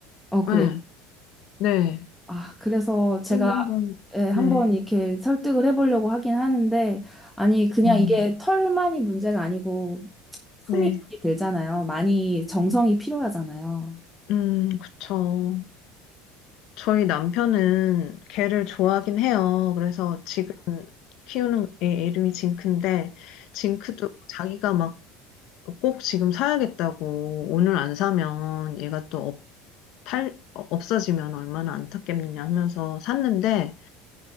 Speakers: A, in the centre; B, on the left.
A: 어 그래
B: 네, 네.
A: 아, 그래서 제가
B: 좀 한번,
A: 예, 한번
B: 네.
A: 이렇게 설득을 해보려고 하긴 하는데, 아니, 그냥
B: 음,
A: 이게 털만이 문제가 아니고, 품이
B: 네.
A: 많이 들잖아요. 많이 정성이 필요하잖아요.
B: 음, 그쵸. 저희 남편은 개를 좋아하긴 해요. 그래서 지금 키우는 애 이름이 징크인데, 징크도 자기가 막 꼭 지금 사야겠다고 오늘 안 사면 얘가 또 없- 팔, 어, 없어지면 얼마나 안타깝느냐 하면서 샀는데